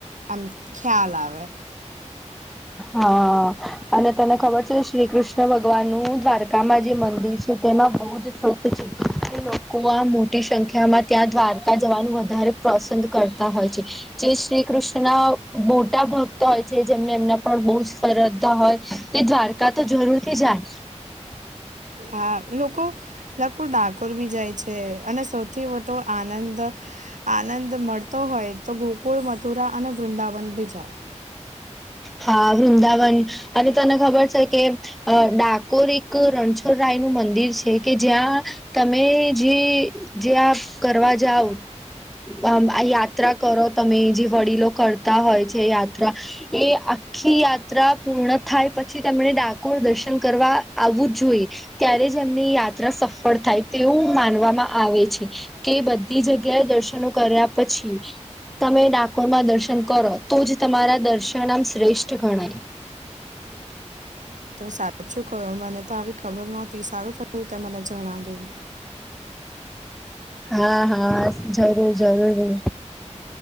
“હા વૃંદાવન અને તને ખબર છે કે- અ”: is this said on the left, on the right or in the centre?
Centre